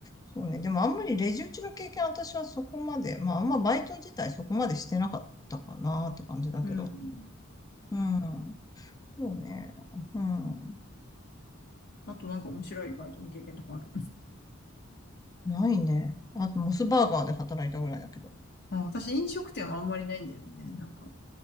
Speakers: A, on the left; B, on the left.
A: そうね。でもあんまりレジ打ちの経験私はそこまで、まああんまバイト自体そこまでしてなかったかなって感じだけど。
B: うん。
A: うん。そうね。うん。
B: あとなんか面白いバイトの経験とかあるんです
A: ないね。あとモスバーガーで働いたぐらいだけど。
B: <laughs> あ私飲食店はあんまりないんだよね。なんか、